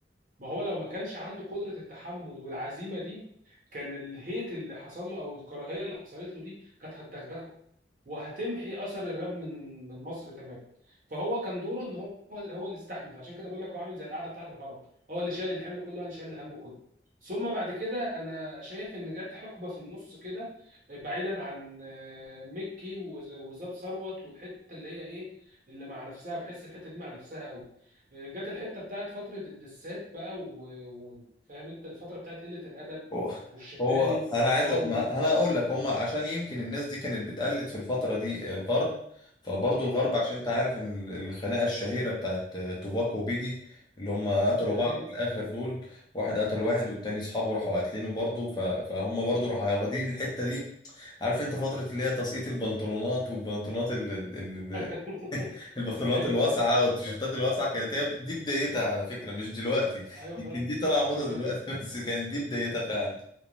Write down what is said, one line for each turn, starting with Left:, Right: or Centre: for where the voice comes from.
Right: ما هو لو ما كانش عنده قدرة التحمل والعزيمة دي كان الهيت اللي حصل له أو الكراهية اللي حصلت له دي كانت هتدغدغه وهتمحي اثر الراب من من مصر تماما فهو كان دوره ان هو هو اللي استحمل عشان كده بقول لك هو عامل زي القعده بتاعت الهرم هو اللي شايل الحمل كله هو اللي شايل الهم كله ثم بعد كده انا شايف ان جت حقبه في النص كده بعيدا عن آه، مكي و- وزاب ثروت والحته اللي هي ايه اللي مع نفسها بحس الحته دي مع نفسها قوي آه، جت الحته بتاعت فتره الدسات بقى وفاهم انت الفتره بتاعت قله الادب
Left: هو
Right: والشتايم
Left: هو
Right: والتطاول
Left: انا عايز أ- ما انا اقول لك هم عشان يمكن الناس دي كانت بتقلد في الفتره دي الغرب فبرضه الغرب
Right: مم.
Left: عشان انت عارف ان الخناقه الشهيره بتاعت توباك وبيجي اللي هم قتلوا
Right: ايوه
Left: بعض في الاخر دول واحد قتل
Right: مم.
Left: واحد والتاني اصحابه راحوا قاتلينه برضه ف- فهم برضه راحوا
Right: صح
Left: واخدين الحته دي عارف انت فتره اللي هي تسقيط البنطلونات والبنطلونات ال... ال...
Right: <laughs>
Left: ال... <laughs> البنطلونات
Right: ايوه
Left: الواسعه
Right: ايوه ايوه
Left: والتيشيرتات الواسعه كانت هي دي بدايتها على فكره مش دلوقتي
Right: ايوه
Left: يمكن
Right: فاهم
Left: دي طالعه موضه
Right: أيوة فاهم
Left: دلوقتي <laughs> بس كانت دي بدايتها فعلا